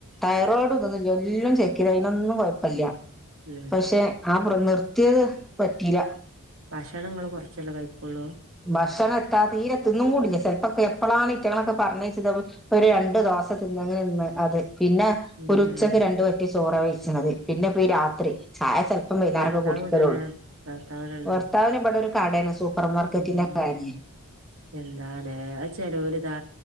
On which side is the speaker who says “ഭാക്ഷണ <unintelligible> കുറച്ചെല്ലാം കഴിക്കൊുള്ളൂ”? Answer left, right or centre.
Right